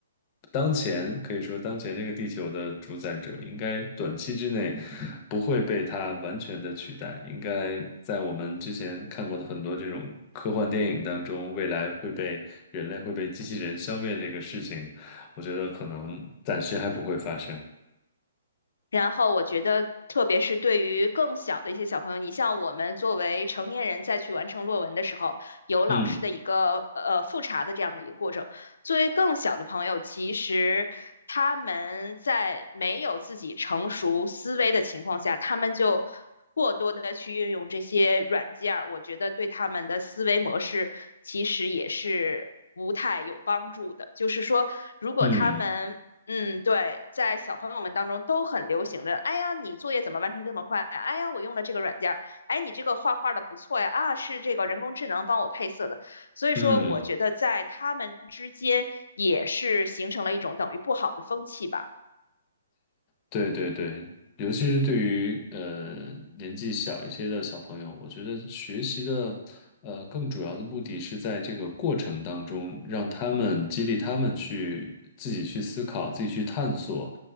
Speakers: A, on the left; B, on the left.
A: 当前可以说当前这个地球的主宰者，应该短期之内不会被它完全的取代。应该在我们之前看过的很多这种科幻电影当中，未来会被人类会被机器人消灭这个事情，我觉得可能暂时还不会发生。
B: 然后我觉得，特别是对于更小的一些小朋友，你像我们作为成年人再去完成论文的时候，有老师的一个呃复查的这样的一个过程。
A: 嗯。
B: 作为更小的朋友，其实他们在没有自己成熟思维的情况下，他们就过多的去运用这些软件儿，我觉得对他们的思维模式其实也是不太有帮助的。就是说，如果他们嗯，
A: 嗯
B: 对，在小朋友们当中都很流行的。哎呀，你作业怎么完成这么快啊？哎呀，我用了这个软件儿。哎，你这个画画的不错呀。啊，是这个人工智能帮我配色的。所以说，
A: 嗯。
B: 我觉得在他们之间也是形成了一种等于不好的风气吧。
A: 对对对，尤其是对于呃年纪小一些的小朋友，我觉得学习的呃更主要的目的是在这个过程当中，让他们激励他们去自己去思考、自己去探索，